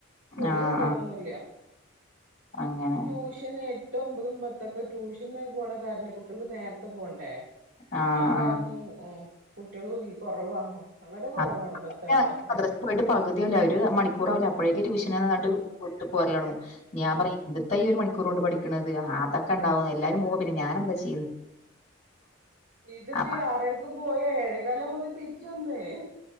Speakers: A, on the right; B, on the left.
A: കൂടുതൽ
B: ആഹ്
A: കുട്ടികളൊന്നുംല്ല
B: ആഹ് അങ്ങനെ
A: ഈ ട്യൂഷന് എട്ട് ഒമ്പതും പത്തൊക്കെ ട്യൂഷന് പോണ കാരണെ കുട്ടികൾക്ക് നേരത്തെ പോണ്ടേ.
B: ആഹ്
A: ആ കാരണം
B: ആഹ്
A: ഇ എ കുട്ടികള് കുറവാ. വളരെ കുറവാണ്
B: <unintelligible>
A: പത്താം ക്ലാസ്സിലൊക്കെ
B: മദ്രസൽ പോയിട്ട് പകുതിയാവൂല ഒരു മണിക്കൂറാവൂല അപ്പോഴേക്ക് ട്യൂഷൻ നാ പറഞ്ഞിട്ട്
A: ആഹ്
B: വിട്ടുപോരലോടങ്ങും ഞാൻ
A: ഓ
B: പറിം ഇത് എത്താ ഒരു മണിക്കൂ റോണ്ട് പഠിക്ക്ണത് അതൊക്കെ ഉണ്ടാവ എല്ലാരും പോവുബോ ഞാൻ പിന്നെ ഞാൻ എന്താ ചെ
A: ഇതിപ്പോ
B: അപ്പ
A: ഈ ആറരക്ക് പോയ ഏഴ കാലവുബോത്തിന് തിരിച്ച് വന്നേ.